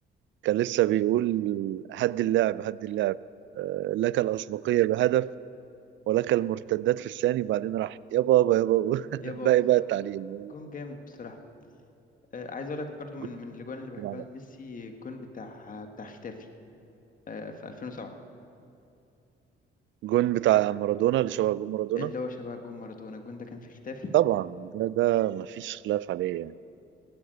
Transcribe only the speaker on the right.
كان لسه بيقول هد اللعب هد اللعب آه، لك الاسبقيه بهدف ولك المرتدات في الثاني بعدين راح يابا يابا يابا <laughs>
باقي بقى التعليق
اللي هو
جون
جون عالمي.
جون بتاع مارادونا اللي شبه جون مارادونا
طبعا ده ده مفيش خلاف عليه يعني